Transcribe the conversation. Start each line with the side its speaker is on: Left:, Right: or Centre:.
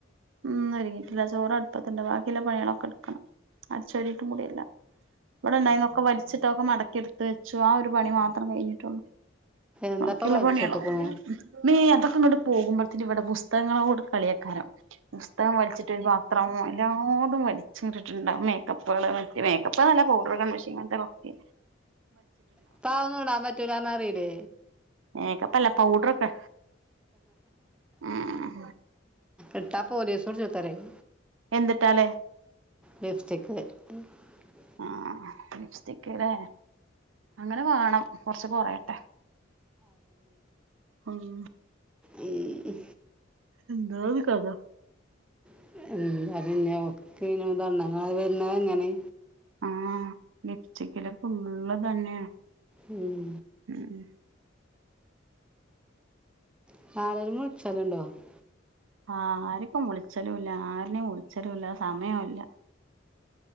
Right: ഉം ഒരുങ്ങിട്ടില്ല ചോറ് അടുപ്പത്തിണ്ട് ബാക്കിയുള്ള പണികളൊക്കെ എടുക്കണം അട്ച്ചോരീറ്റ് കൂടില്ല ഇവിടെണ്ടായിന്നൊക്കെ വലിച്ചിട്ടൊക്കെ മടക്കിയെടുത്ത് വെച്ചു ആ ഒരു പണി മാ ത്രം കഴിഞ്ഞിട്ടുള്ളൂ
Centre: എന്താപ്പ
Right: ബാക്കിയുള്ള
Centre: വലിച്ചിട്ടക്കണു
Right: പണിയാള് മീ അതൊക്കെ ഇങ്ങട്ട് പോകുമ്പോഴത്തിന് ഇവിടെ പുസ്തകങ്ങളോടെ കളിയയ്ക്കാരം പുസ്തകം വൽ ചിട്ടൊരു പാത്രം എല്ലാതും വലിച്ച് ഇങ്ങട്ട്ട്ടിട്ടുണ്ടാവും <unintelligible> <unintelligible> മേക്കപ്പ്ന്നല്ല പൗഡറ് കൺമഷി ഇങ്ങനത്തെക്കെ
Centre: ഇപ്പാതൊന്നും ഇടാൻ പറ്റൂലാന്നറിയില്ലെ
Right: മേക്കപ്പല്ല പൗഡറൊക്കെ ഉം
Centre: ഇട്ടാ പോലീസുടിച്ചൊത്ത് പറയും
Right: എന്തിട്ടാല്
Centre: ലിപ്സ്റ്റിക് <inaudible>
Right: ആഹ് ലിപ്സ്റ്റിക്കല്ലേ അങ്ങനെ വേണം കൊറച്ച് കൊറയട്ടെ ഉം
Centre: ഉംഹ്
Right: എന്താരു കഥാ
Centre: <unintelligible> എന്താ വരുന്നത് അങ്ങനെ
Right: ആഹ് ലിപ്സ്റ്റിക്കില് ഫുള്ള് തന്നെയ
Centre: ഉം
Right: ഏഹ്
Centre: <unintelligible>
Right: ആഹ് ആർക്കും വിളിച്ചലും ഇല്ല ആരനെയും വിളി ച്ചലും ഇല്ല സമയവും ഇല്ല